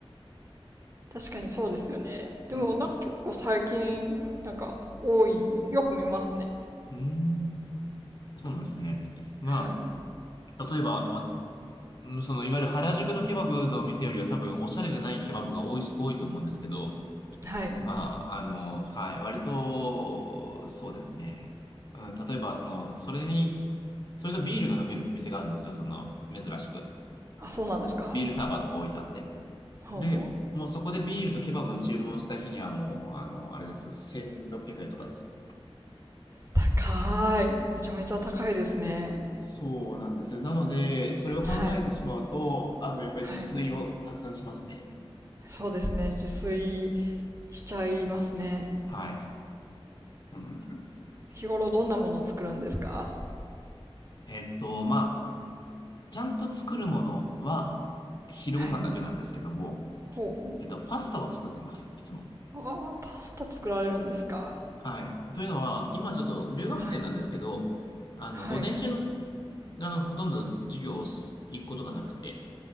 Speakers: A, on the right; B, on the left.
A: 確かにそうですよね。でもな、
B: うん、
A: 結構最近なんか多い。よく見ますね。
B: うん、そうなんですね。ま
A: はい。
B: あ、例えば、まうんその、いわゆる原宿のケバブの店よりは多分、おしゃれじゃないケバブが多い多いと思うんですけど、
A: はい。
B: まあ、あの、はい、割と、そうですね。うん、例えば、その、それに、それとビールが飲める店があるんですよ、その、珍しく。
A: あ、そうなんですか。
B: ビールサーバーとか置いてあって。
A: ほうほう。
B: で、もうそこでビールとケバブを注文した日にはもう、あの、あれですよ、1600円とかですよ。
A: 高い。めちゃめちゃ高いですね。
B: そうなんですよ。なので、それを考えてしまうと、
A: はい。
B: あの、やっぱり自炊をたくさんしますね。
A: はい。そうですね。自炊しちゃいますね。
B: はい。そうなんです
A: 日頃どんなものを作るんですか
B: えっと、まあ、ちゃんと作るものは、昼ご飯だけなんですけども、
A: はい。ほうほ
B: えっと、パスタを作ってます、いつも。
A: う。ああ、パスタ作られるんですか。
B: はい。というのは、今ちょっと留学生なんですけど、
A: はい。
B: あの、
A: はい。
B: 午前中、あの、ほとんど授業を行くことがなくて、